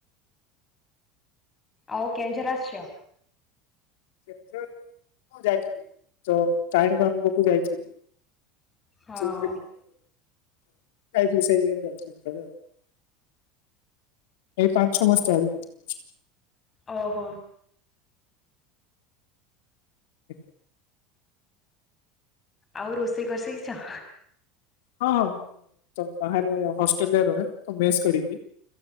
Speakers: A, on the left; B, on the left.
A: ଆଉ କେଉଁଝର ଆସିଛ?
B: କେଉଁଝର ମୁଁ ଯାଇଥିଲି। ଯଉ ତାରିଣୀ ମାଁ ଙ୍କ ପାଖକୁ ଯାଇଥିଲି। <unintelligible>
A: ହଁ
B: ଯାଇଥିଲି ସେଇ ଇଏ ରେ, ଯାଇଥିଲି ସେତେବେଳେ ଆଉ। ଏଇ ପାଞ୍ଚ ଛଅ ମାସ ତଳେ ଯାଇଥିଲି।
A: ଓହୋ।
B: ଆଜ୍ଞା।
A: ଆଉ, ରୋଷେଇ କରିଶିଖିଚ?
B: ହଁ, ହଁ, ମୁଁ ତ ବାହାରେ ହଷ୍ଟେଲରେ ରୁହେ, ତ ମେସ୍ କରିକି